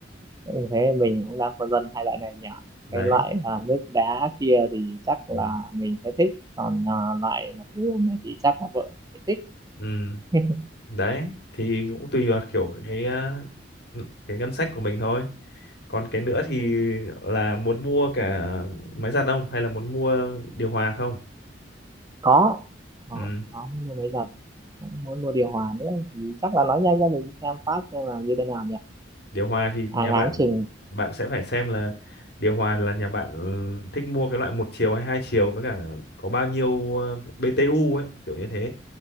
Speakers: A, on the right; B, on the left.
A: Ừ, thế mình cũng đang phân vân hai loại này nhỉ
B: đấy
A: cái loại à, nước đá kia thì chắc
B: ừ.
A: là mình sẽ thích còn à, loại mặt gương này thì chắc là vợ sẽ thích
B: Ừ.
A: <laughs>
B: đấy thì cũng tùy vào kiểu cái ờ, cái ngân sách của mình thôi còn cái nữa thì
A: ừ,
B: là muốn mua cả máy giặt không hay là muốn mua điều hòa không
A: có có
B: ừ.
A: có mua máy giặt cũng muốn mua điều hòa nữa thì chắc là nói nhanh cho mình xem phát xem là như thế nào nhỉ
B: điều hòa thì nhà
A: à ngáng
B: bạn
A: chừng
B: bạn sẽ phải xem là điều hòa là nhà bạn ừ, thích mua cái loại một chiều hay hai chiều với cả có bao nhiêu ờ, BTU ấy kiểu như thế